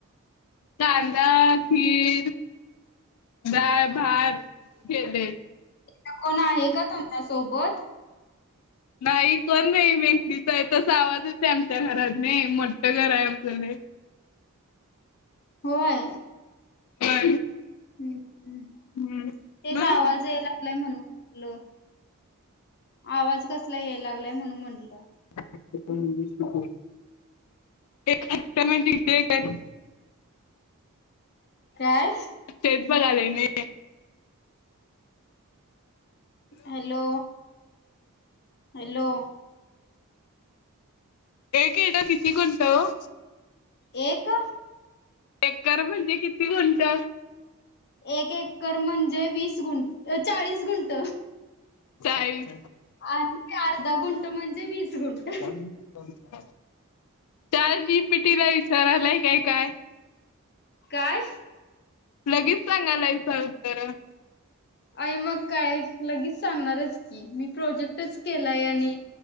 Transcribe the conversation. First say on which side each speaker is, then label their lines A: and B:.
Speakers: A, on the left; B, on the left.
A: कांदा, खीर दाळभात केले
B: इथं कोण आहे का तुमच्या सोबत
A: बाई कोण नाही बाई दीसत तसा आवाज येते आमच्या घरात नाही. लय मोठ घर आहे आमचं लय.
B: होय,
A: होय
B: हम् हम्
A: हम्म
B: तेच
A: मग
B: आवाज याय लागलायं म्हणून हाॅलो, आवाज कसला याय लागलाय म्हणून म्हणली तीला
A: एक लाईन दूबे एक आत्या माझ्या इथं येतात
B: काय
A: तेच बघायला आली मी
B: हॅलो, हॅलो,
A: एक एकर किती गुंठा हो,
B: एक
A: एकर म्हणजे किती गुंठा ठ
B: एक एककर म्हणजे वीस गुठं चाळीस गुंठ
A: चाळीस
B: आणि अर्धा गुंठ त म्हणजे वीस गुंट
A: चालो चालो हा त्या जिपिटीला विचारालाय हे काय
B: काय?
A: लगेच सांगायला सा उत्तर
B: आई मग काय? लगेच सांगणारच की, मी प्रोजेक्ट आताच केलायानी,